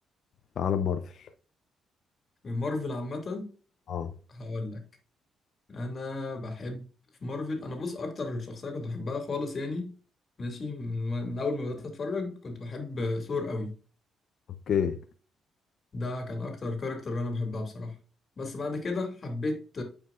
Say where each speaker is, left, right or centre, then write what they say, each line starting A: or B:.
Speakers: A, on the left; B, on the left.
A: في عالم مارفل
B: من مارفل عامه
A: اه
B: هقول لك انا بحب في مارفل انا بص اكتر شخصيه كنت بحبها خالص يعني ماشي من, من اول ما بدات اتفرج كنت بحب ثور قوي
A: اوكي
B: ده كان اكتر كاركتر انا بحبها بصراحه بس بعد كده حبيت